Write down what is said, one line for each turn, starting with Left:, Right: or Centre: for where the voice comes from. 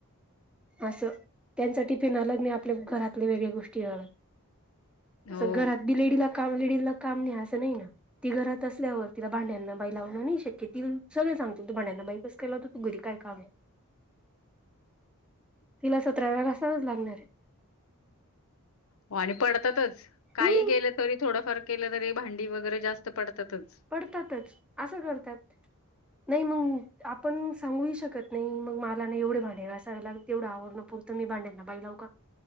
Centre: असं त्याचा टिफीन अलग नाही आपल्या घरातले वेगळ्या गो <unintelligible> <unintelligible> केवळ <unintelligible>
Left: हो
Centre: असं घरात बी लेडीला काम लेडीजला काम नाही असं नाही ना <unintelligible> ती घरात असल्यावर तिला भांड्यांना बाई लावणं नाही शक्य ती सगळे सांगतील तू भांड्यांना बाई कस केला हो <unintelligible> तू घरी काय काम आहे तिला सतरा वेळा गासायलाच लागणार आहे <unintelligible>
Left: हो आणि पडतातच काही
Centre: हम्म
Left: केलं तरी थोडंफार केलं तरी भांडी वगैरे जास्त पडतातच
Centre: पडतातच असं करतात नाही मग आपण सांगूही शकत नाही मग मला नाही एवढे भांडी गासवी लागत तेवढं आवरण पुर तुम्ही भाड्याना बाई लाऊ का